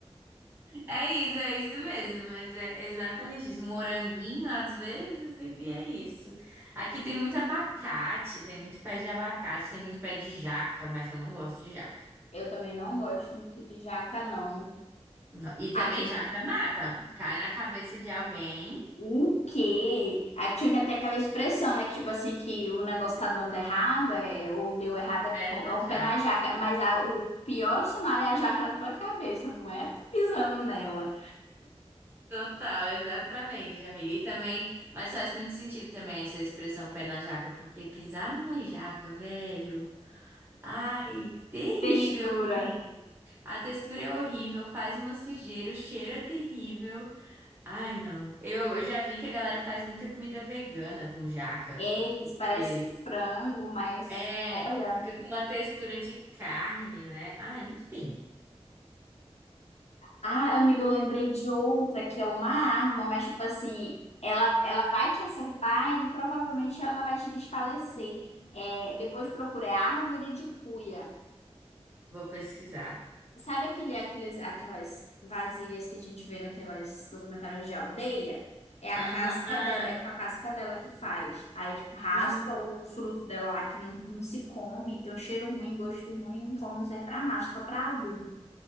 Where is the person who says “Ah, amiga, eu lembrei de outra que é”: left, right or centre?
Left